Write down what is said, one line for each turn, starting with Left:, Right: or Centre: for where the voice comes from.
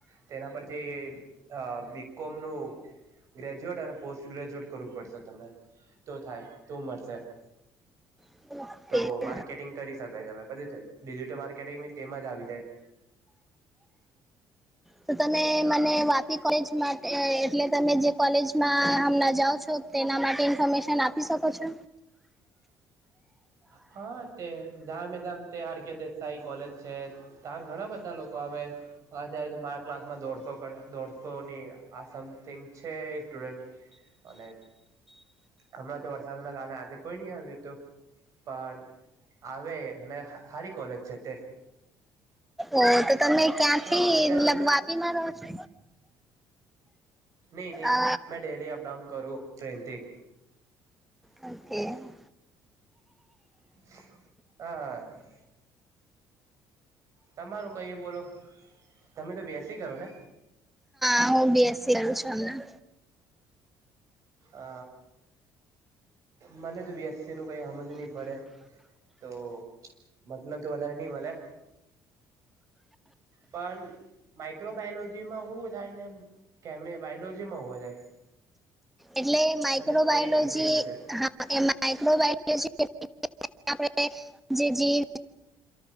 Right: તેના પરથી અ બીકોમ નું ગ્રેજ્યુએટ અને પોસ્ટ ગ્રેજ્યુએટ કરવું પડશે તમને તો થાય તો મળશે
Centre: <inaudible>
Right: તો માર્કેટિંગ કરી શકાય <unintelligible> ડિજિટલ માર્કેટિંગ તેમાંજ આવી જાય
Centre: તો તમે મને વાપી કોલેજ માટે એટલે તમે જે કોલેજમાં હમણાં જાઓ છો તેના માટે ઇન્ફોર્મેશન આપી શકો છો
Right: હા તે <unintelligible> તે આર કે દેસાઈ કોલેજ છે. તા ઘણા બધા લોકો આવે અત્યારે તો મારા ક્લાસમાં દોઢસો કર દોઢસોની આ સમથિંગ છે, સ્ટુડન્ટ અને હમણાં તો વરસાદના કારણે આજે કોઈ ની આવ્યું તું પણ આવે અને હારી કોલેજ છે, તે
Centre: ઓ તો તમે ક્યાંથી
Right: હા અત્યારે
Centre: મતલબ વાપી માં રહો છો?
Right: ની ની
Centre: અ
Right: મે ડેલી અપડાઉન કરું ટ્રેનથી
Centre: <inaudible>
Right: <inaudible> તમારું કંઈ બોલો તમે તો બીએસસી કરો ને
Centre: હા હું બીએસસી કરું છું અમના
Right: અ મને તો બીએસસી નું કઈ હમજ ની પડે તો મતલબ વધારે ની મલે પન માઈક્રોબાયોલોજીમાં હુ થાય ને કેમે બાયોલોજીમાં હોવા જાય
Centre: એટલે માઈક્રોબાયોલોજી
Right: મને તે કન્ફ્યુઝન છે
Centre: હા એ માઈક્રોબાયોલોજી આપણે જે જી